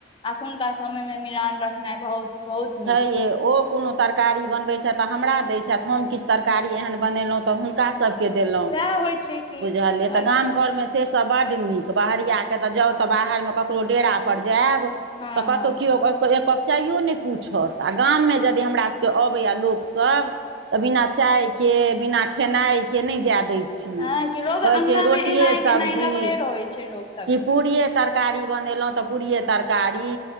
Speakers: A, on the left; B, on the right.
A: अखुनका समय में मिलान रखनाइ बहुत बहुत
B: छै
A: नीक
B: य
A: यइ
B: ओ कोनो तरकारी बनबै छथि तऽ हमरा दै छथि हम किछु तरकारी एहन बनेलहु तो हुनका स के देलौं
A: सएह होइ छै कि
B: बुझलिए
A: आओर की।
B: गाम घरमे से स सब बड्ड नीक बहरिया के तऽ जाउ तऽ बाहरमे ककरो डेरा पर जायब
A: हँ
B: तऽ कतहु
A: हँ
B: कियो एक कप चायो न पूछत आ गाममे यदि हमरासभके अबैय लोकसभ तऽ बिना चाय के बिना खेनाइ के नहि जाय दैत
A: हँ कि लोग
B: कहइछिय
A: अंगना
B: रोटियए
A: मे एनाइ
B: सब्जी
A: गेनाइ लगले रहै छै लोक सबके
B: कि पुरी तरकारी बनेलौं तऽ पूड़ियए तरकारी